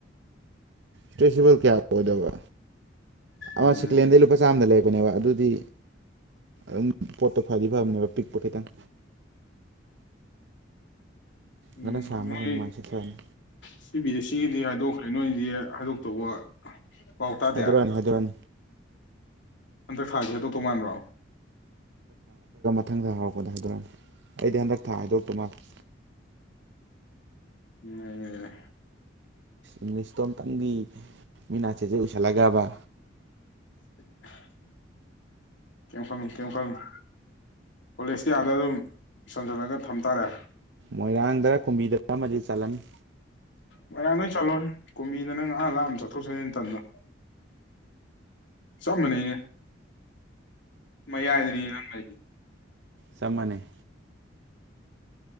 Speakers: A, on the right; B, on the left.
A: ꯏꯁꯇꯔꯦꯆꯦꯕꯜ ꯀꯌꯥ ꯑꯣꯏꯗꯕ ꯑ
B: ꯎꯝ
A: ꯁꯀꯦꯡꯍꯦꯡꯗꯩ ꯂꯨꯄ ꯆꯥꯝꯃꯗ ꯂꯩꯔꯥꯛ ꯗꯨꯅꯦꯕ ꯑꯗꯨꯗꯤ ꯎꯝ ꯄꯣꯠꯇꯣ ꯐꯥꯗꯤ ꯐꯥꯕꯅꯦ ꯄꯤꯛꯄ ꯈꯤꯇꯪ
B: ꯎꯝ
A: ꯉꯟꯅ ꯁꯥꯝꯃ
B: ꯅꯣꯏ
A: ꯀꯩꯅꯣꯃꯥꯏꯅ ꯁꯦꯠꯆꯔꯅꯤ
B: ꯁꯤ ꯕꯤ ꯑꯦ ꯁꯤꯒꯤꯗꯤ ꯍꯥꯏꯗꯣꯛꯈ꯭ꯔꯦ ꯅꯣꯏꯗꯤ ꯍꯥꯏꯗꯣꯛꯇꯧꯕ ꯄꯥꯎ ꯇꯥꯗꯦ
A: ꯍꯥꯏꯗꯣꯔꯛꯑꯅꯤ ꯍꯥꯏꯗꯣꯔꯛꯑꯅꯤ
B: ꯍꯟꯗꯛ ꯊꯥꯁꯦ ꯍꯥꯏꯗꯣꯛꯇꯧ ꯃꯥꯟꯕ꯭ꯔꯣ
A: ꯃꯊꯪꯗ ꯍꯧ ꯚꯣꯠ ꯍꯥꯏꯗꯣꯛꯔꯛꯑꯅꯤ ꯑꯩꯗꯤ ꯍꯟꯗꯛ ꯊꯥ ꯍꯥꯏꯗꯣꯛꯇꯧ ꯃꯥꯟꯂꯦ
B: ꯃꯌꯦꯌ
A: ꯏꯪꯂꯤꯁꯇꯣ ꯑꯝꯇꯪꯗꯤ ꯃꯤꯠ ꯅꯥ ꯆꯦꯖꯦꯠ ꯑꯨꯏꯁꯤꯟꯂꯒꯕ
B: <unintelligible> ꯈꯟꯂꯨꯅꯣ ꯀꯣꯂꯦꯁꯇꯤ ꯑꯥꯗꯥ ꯑꯗꯨꯝ ꯆꯟꯁꯤꯟꯂꯒ ꯊꯝ ꯇꯥꯔꯦ
A: ꯃꯣꯏꯔꯥꯡꯗꯥꯔꯥ ꯀꯨꯝꯕꯝꯗꯥꯔꯥ ꯑꯃꯗꯤ ꯆꯟꯂꯅꯤ
B: ꯃꯣꯏꯔꯥꯡꯗ ꯑꯣꯏ ꯆꯟꯂꯣꯍꯦ꯫ꯀꯨꯝꯕꯤꯗ ꯅꯪ ꯑꯥ ꯂꯥꯞꯅ ꯆꯠꯊꯣꯛ ꯆꯠꯁꯤꯟ ꯇꯟꯕ ꯆꯞ ꯃꯥꯟꯅꯩꯅꯦ ꯃꯌꯥꯏꯗꯅꯤ ꯅꯪ ꯂꯩꯔꯤ
A: ꯆꯞꯃꯥꯟꯅꯩ